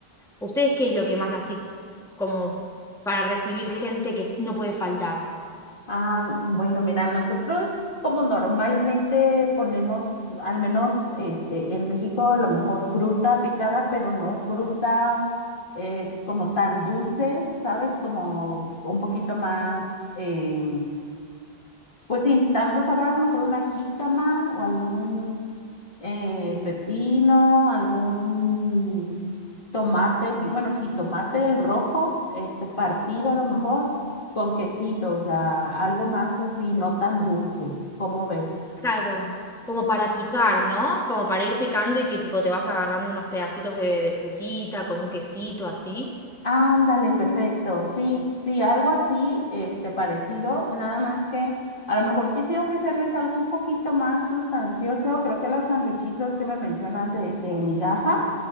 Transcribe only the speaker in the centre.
¿Ustedes qué es lo que más así, como para recibir gente que s- no puede faltar?
Sí,
qué
rico.
Claro, como para picar, ¿no? Como para ir picando y que tipo te vas agarrando unos pedacitos de, de frutita con un quesito así.